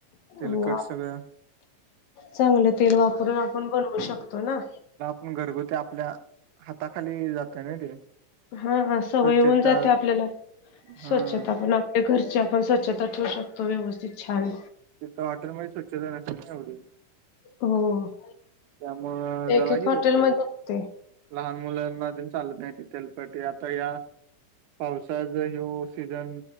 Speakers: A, on the left; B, on the right.
A: हो
B: तिलकट सगळं
A: चांगलं तेल वापरून आपण बनवू शकतो ना
B: पण घरगुती आपल्या हाताखाली जातय ना ते
A: हा हा
B: स्वच्छता
A: सवय होऊन जाते आपल्याला.
B: हा
A: स्वच्छता पण आप ह्या घरची आपण स्वच्छता ठेवू शकतो व्यवस्थित छान.
B: तिथ हॉटेलमध्ये स्वच्छता नसते सांगतो.
A: हो
B: त्यामुळं
A: एक
B: जराही
A: एक हॉटेलमध्ये
B: होतेय.
A: असते.
B: लहान मुलांना ते चालत नाही थेल पँट आता या पावसाळ्यात ह्योस. सिजन.